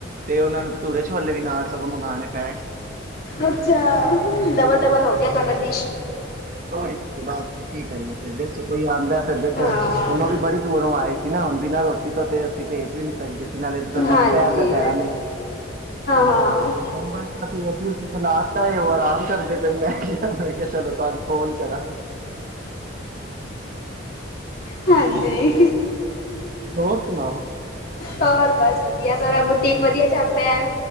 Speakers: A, on the right (about 40°); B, on the left (about 50°).
A: ਤੇ ਓਹਨਾਂ ਨੂੰ ਭਟੂਰੇ ਛੋਲੇ ਵੀ ਨਾਲ ਸਗੋਂ ਮੰਗਾਣੇ ਪਏ।
B: ਅੱਛਾ, ਹੂੰ ਡਬਲ- ਡਬਲ ਹੋ ਗਿਆ ਤੁਹਾਡਾ ਡਿਸ਼।
A: ਓਈ ਤੇ ਬਸ ਕੀ ਕਰੀਏ। ਤੇ ਦੇਸੋ ਕੋਈ ਆਉਂਦੈ। ਫੇਰ ਦੇਖੋ
B: ਹਾਂ
A: ਹੁਣ, ਓਨੋ ਵੀ ਬੜੀ ਦੂਰੋਂ ਆਏ ਸੀ ਨਾ ਹੁਣ ਬਿਨਾਂ ਰੋਟੀ ਤੋਂ ਤੇ ਅਸੀਂ ਭੇਜ ਵੀ ਨੀ ਸਕਦੇ ਸੀ ਨਾਲੇ ਥੋਨੂੰ ਪਤਾ
B: ਹਾਂਜੀ
A: ਦੁਪਹਿਰ ਦਾ ਟੈਮ
B: ਹਾਂ
A: ਏ,
B: ਹਾਂ
A: ਹੁਣ ਬਸ ਅਸੀਂ ਏਸੀ ਉਸੀ ਚਲਾ ਦਿੱਤਾ, ਉਹ ਆਰਾਮ ਕਰਦੇ ਪੇ ਨੇ ਮੈਂ ਕਿਹਾ ਚਲੋ ਤਾਨੂੰ ਫੋਨ ਕਰਾ।
B: ਹਾਂਜੀ।
A: ਹੋਰ ਸੁਣਾਓ
B: ਹੋਰ ਬਸ, ਵਧ ਧੀਆ ਸਾਰਾ ਬੁਟੀਕ ਵਧੀਆ ਚੱਲ ਰਿਹਾ।